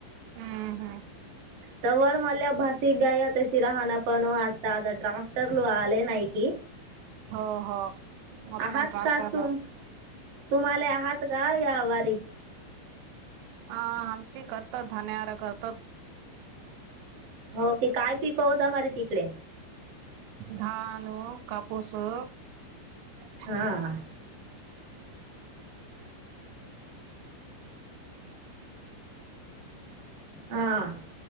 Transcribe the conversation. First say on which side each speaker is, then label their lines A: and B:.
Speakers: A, on the right; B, on the right.
A: हम्म हम्म
B: तर वर मल्या भाासिक गाय तशी राहणा पणा <unintelligible> <unintelligible> आले नाई की,
A: हो हो मगता
B: आहात
A: ट्रॅक्टरलस
B: का तुम तुम्हाले आहात का त्यावारी
A: आ आमची करतात धान्यार करतात
B: हो की काय पीकवता मारी ती. <unintelligible>
A: धानो, कापूसो <unintelligible> <unintelligible>
B: हां हां